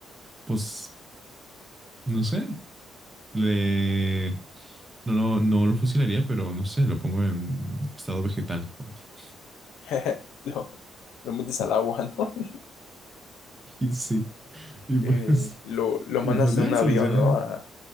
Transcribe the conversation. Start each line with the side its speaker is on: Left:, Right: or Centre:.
Right: pues, no sé, le... No, no, no lo fusilaría, pero no sé, lo pongo en estado vegetal. <laughs>
Left: <laughs> lo, lo metes al agua, ¿no? <laughs>
Right: Y sí, y pues,
Left: Eh, lo, lo
Right: y
Left: mandas
Right: pues ya
Left: en un avión,
Right: solucionado.
Left: ¿no? A,